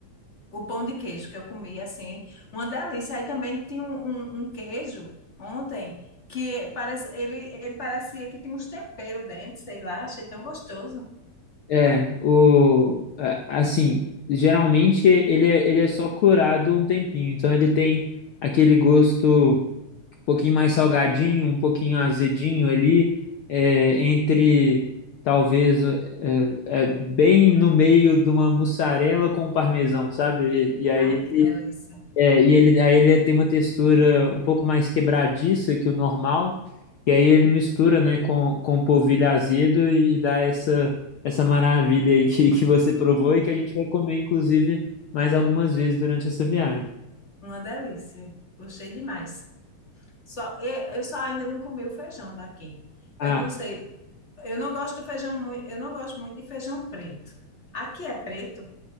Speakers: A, on the left; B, on the left.
A: O pão de queijo que eu comi, assim, uma delícia. Aí também tinha um, um- um queijo ontem que parece, ele, ele parecia que tinha uns temperos dentro, sei lá, achei tão gostoso.
B: é, o, é, assim, geralmente ele é, ele é só curado um tempinho, então ele tem aquele gosto um pouquinho mais salgadinho, um pouquinho azedinho ali, é, entre talvez é, é, bem no meio de uma mussarela com um parmesão, sabe? E, e aí
A: Ai, que delícia.
B: É, e ele, aí ele tem uma textura um pouco mais quebradiça que o normal, e aí ele mistura, né, com, com polvilho azedo e dá essa, essa maravilha aí que, que você provou e que a gente vai comer, inclusive, mais algumas vezes durante essa viagem.
A: Uma delícia. Gostei demais. Só, e- eu só ainda não comi o feijão daqui.
B: Ah,
A: Eu não sei, eu não gosto do feijão muito, eu não gosto muito de feijão preto. Aqui é preto,